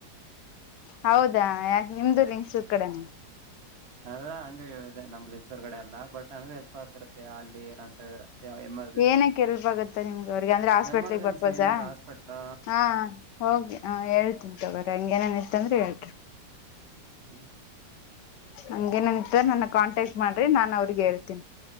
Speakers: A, on the left; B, on the right.
A: ಹೌದಾ ಯಾಕ ನಿಮ್ದು ಲಿಂಗಸೂರ್ ಕಡೆನ.
B: ಅದ ಹಂಗ ಹೇಳಿದೆ ನಮ್ಮ ಲಿಂಗಸುರ ಕಡೆ ಅಲ್ಲಾ ಬಟ್ ನಂಗ ಹೆಲ್ಪ್ ಆತಿರುತ್ತೆ ಅಲ್ಲಿ ಏನಂತ ಎಮರ್
A: ಏನಕ ಹೆಲ್ಪ್ ಆಗುತ್ತೆ ನಿಮ್ಗ ಅವ್ರಿಗೆ ಅಂದ್ರೆ ಹಾಸ್ಪಿಟಲ್ಗ
B: ಎಮರ್ಜೆನ್ಸಿ
A: ಪರ್ಪಸ್
B: ಏನಾರ
A: ಹಾ
B: ಹಾಸ್ಪಿಟ್ಲ್
A: ಹ ಹ. ಹೋಗಿ ಹ ಹೇಳ್ತೀನಿ ತಗೊರಿ ಹಂಗ ಏನೇನ್ ಇತ್ತಂದ್ರೆ ಹೇಳ್ರಿ.
B: ಹ್ಮ್.
A: ಹಂಗ ಏನೇನ ಇತ್ತ ನನ್ನ ಕಾಂಟ್ಯಾಕ್ಟ್ ಮಾಡ್ರಿ ನಾನನ್ ಅವ್ರಿಗೆ ಹೇಳ್ತೀನಿ.